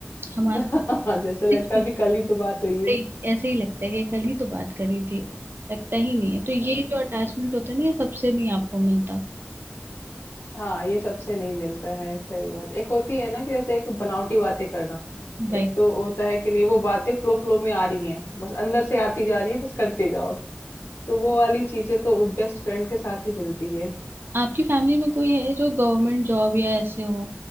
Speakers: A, on the right; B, on the left.
A: हमारा
B: <laughs>
A: तो
B: जैसे लगता
A: शुरू
B: है अभी कल ही तो बात हुई है
A: से ही ऐसे ही लगता है कि कल ही तो बात करी थी लगता ही नहीं है तो ये
B: हाँ
A: जो अटैचमेंट होता है ना ये सबसे नहीं आपको मिलता
B: हाँ, ये सबसे नहीं मिलता है सही बात एक होती है ना कि जैसे एक बनावटी बातें करना
A: भाई
B: एक तो होता है कि नहीं वो बातें फ्लो फ्लो में आ रही हैं बस अंदर से आती जा रही है बस करते जाओ तो वो वाली चीजें तो बेस्ट फ्रेंड के साथ ही मिलती है
A: आपकी फैमिली में कोई है जो गवर्नमेंट जॉब या ऐसे हो